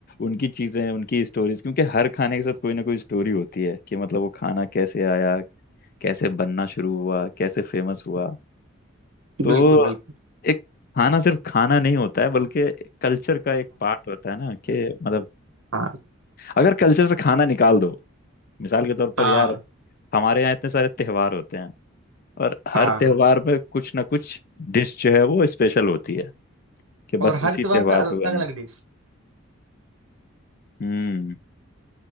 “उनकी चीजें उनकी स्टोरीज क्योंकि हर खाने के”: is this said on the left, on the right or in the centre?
Left